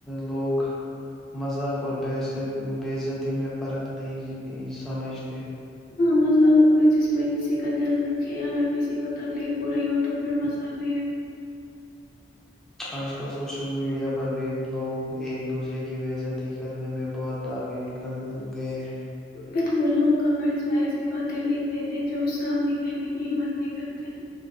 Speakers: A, in the centre; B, on the left.
A: لوگ مذاق اور بے بے عزتی میں فرق نہیں سمجھتے
B: مزہق وہ ہے جس میں کسی کا دل دکھے اگر کسی کو تکلیف ہو رہی ہو تو پھر مزہق
A: آج کل سوشل میڈیا پر بھی لوگ ایک دوسرے کی بےزتی کرنے میں بہت آگے نکل گئے ہیں
B: بالکل لوگ کمنٹس میں ایسی باتیں لکھتے تھے جو اس سامنے کہنے کی ہمت نہیں کرتے